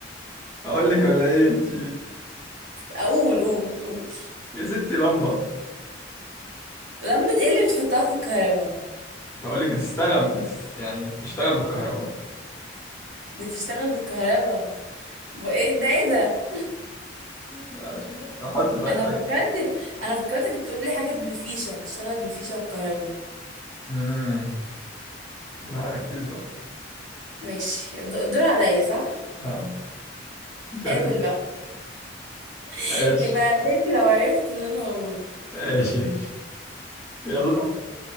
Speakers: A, on the left; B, on the right.
A: اقول لك ولا ايه انت
B: اقول قول قول
A: يا ستي لمبه
B: لمبة ايه اللي بتحطها في الكهرباء
A: بقول لك بتستخدم بتست... يعني بتشتغل بالكهرباء
B: بتشتغل بالكهرباء وايه ده ايه ده
A: لا، عشان- طب حطي طيب
B: انا
A: حاجه
B: فكرت انا فكرتك بتقول لي حاجة بالفيشة بتشتغل بالفيشة والكهرباء
A: امم لا ركزي بقى
B: ماشي الد- الدور عليا صح
A: آه. انت
B: قابل
A: هتل
B: بقى <laughs>
A: ماشي
B: يبقى بنتي لو عرفت اللي انا هقوله
A: ماشي ماشي. يلا